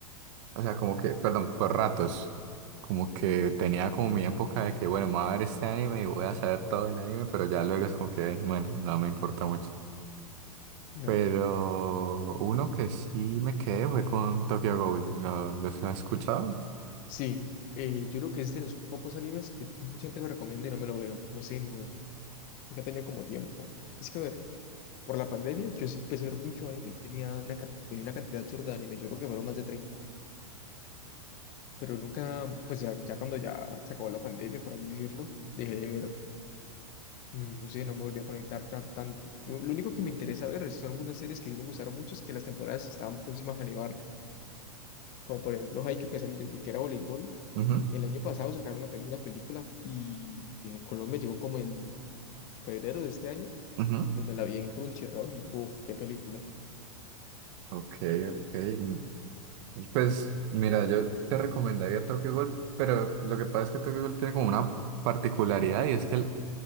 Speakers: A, on the right; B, on the left.
A: O sea, como que, perdón, por ratos. Como que tenía como mi época de que, bueno, me voy a ver este anime y voy a saber todo del anime, pero ya luego es como que, bueno, no me importa mucho.
B: No,
A: Pero uno que sí me quedé fue con Tokyo Ghoul. ¿Lo- ¿Los has escuchado?
B: sí, eh, yo creo que es de los pocos animes que mucha gente me recomienda y no me lo veo. No sé, no, nunca he tenido como tiempo. Es que, a ver, por la pandemia yo sí empecé a ver mucho anime. Yo tenía una, can- veía una cantidad absurda de anime. Yo creo que fueron más de treinta pero nunca, pues ya, ya cuando ya se acabó la pandemia, por así decirlo, dejé de ver, mm, no sé, no me volví a conectar ca- tanto. Lo, lo único que me interesa ver son algunas series que sí me gustaron mucho, es que las temporadas estaban próximas a animar, como por ejemplo Haikyuu, que, es el de- que era voleibol.
A: Ujú,
B: El año pasado sacaron una, peli- una película y en Colombia llegó como en febrero de este año,
A: ujú.
B: y pues me la vi en Crunchyroll, buf, qué película.
A: Ok, ok. Mm, Pues mira, yo te recomendaría Tokyo Ghoul, pero lo que pasa es que Tokyo Ghoul tiene como una particularidad y es que el-